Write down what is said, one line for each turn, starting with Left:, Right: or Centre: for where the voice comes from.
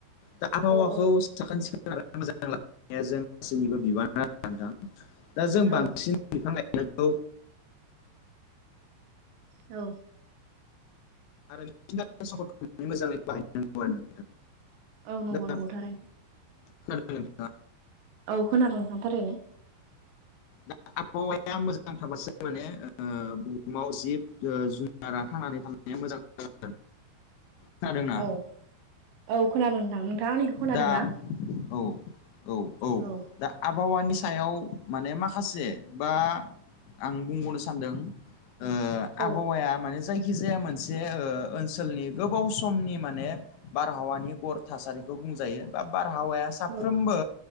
Left: दा आबहावाखौ
Right: औ
Left: साखोन सिखोनै मोजाङै लाखिनाया जों गासैनिबो बिबान <unintelligible> नोंथां दा जों
Right: औ
Left: बांसिन बिफां गायनांगौ।
Right: औ
Left: <unintelligible>
Right: औ नंगौ
Left: दा
Right: नंगौ थारैनो।
Left: खोनादों नोंथाङा?
Right: औ खोनादों नोंथां थारैनो।
Left: दा आबहावाया मोजां थाबासो माने ओ ओ बुहुमाव जिब ओ जुनारा थांनानै थांनाया मोजां <unintelligible> खोनादोंना
Right: औ औ खोनादों नोंथां नोंथाङा आंनिखौ खोनादों
Left: दा
Right: ना?
Left: औ औ।
Right: औ।
Left: दा आबहावानि सायाव माने माखासे बा आं बुंबावनो सानदों ओ
Right: औ
Left: आबहावाया माने जायखिजाया मोनसे ओ ओनसोलनि गोबाव समनि माने बारहावानि गर थासारिखौ बुंजायो बा बारहावाया साफ्रोमबो
Right: औ